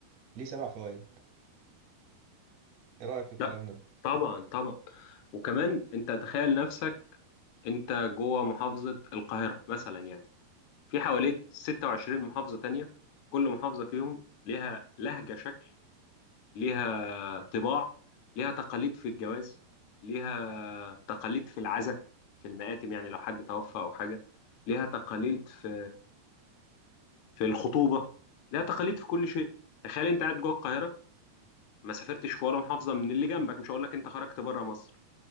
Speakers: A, on the right; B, on the left.
A: ليه سبع فوائد إيه رأيك في الكلام
B: لا
A: ده؟
B: طبعا طبعا وكمان أنت تخيل نفسك أنت جوه محافظة القاهرة مثلا يعني في حواليك 26 محافظة تانية كل محافظة فيهم ليها لهجة شكل ليها طباع ليها تقاليد في الجواز ليها تقاليد في العزاء في المآتم يعني لو حد توفى أو حاجة ليها تقاليد في في الخطوبة ليها تقاليد في كل شيء تخيل أنت قاعد جوه القاهرة ما سافرتش في ولا محافظة من اللي جنبك مش هقول لك أنت خرجت بره مصر